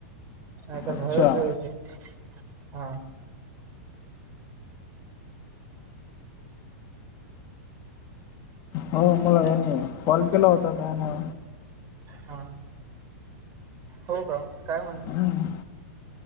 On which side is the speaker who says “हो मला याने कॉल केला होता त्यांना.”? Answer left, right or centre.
Left